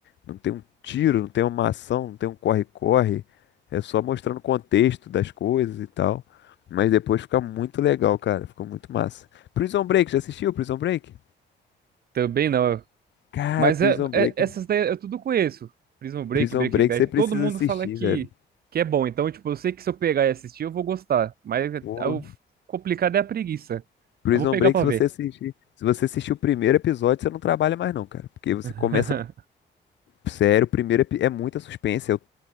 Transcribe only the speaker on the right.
Também não.
Mas
é,
é- essas daí eu tudo conheço. Prison Break,
Breaking
Bad,
todo mundo
fala que,
que é bom. Então, tipo, eu sei que se eu pegar e assistir, eu vou gostar. Mas é-
é o complicado é a preguiça.
Eu vou pegar
pra
ver.
<laughs>